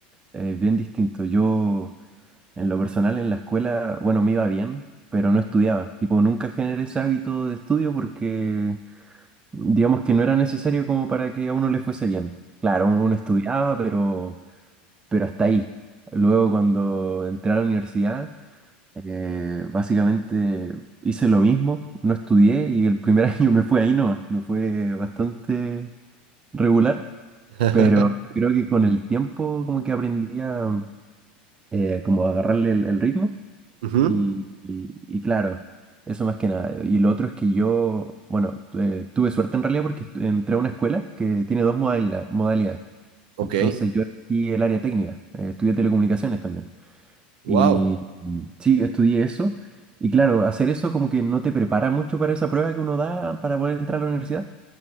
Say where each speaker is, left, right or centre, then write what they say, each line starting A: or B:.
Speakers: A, on the right; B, on the right.
A: es bien distinto. Yo, en lo personal, en la escuela, bueno, me iba bien, pero no estudiaba. Tipo, nunca generé ese hábito de estudio porque digamos que no era necesario como para que a uno le fuese bien. Claro, uno uno estudiaba, pero, pero hasta ahí. Luego cuando entré a la universidad, eh, básicamente hice lo mismo, no estudié y el primer <laughs> año me fue ahí nomás, me fue bastante regular,
B: <laughs>
A: pero creo que con el tiempo como que aprendí a eh, como agarrarle el, el ritmo
B: Ujú,
A: y, y- y claro, eso más que nada. Y lo otro es que yo, bueno, tu- eh, tuve suerte en realidad porque estu- entré a una escuela que tiene dos modalidad- modalidades.
B: Ok,
A: Entonces yo elegí el área técnica, eh, estudié telecomunicaciones también.
B: wow.
A: Y mm, sí, estudié eso. Y claro, hacer eso como que no te prepara mucho para esa prueba que uno da para poder entrar a la universidad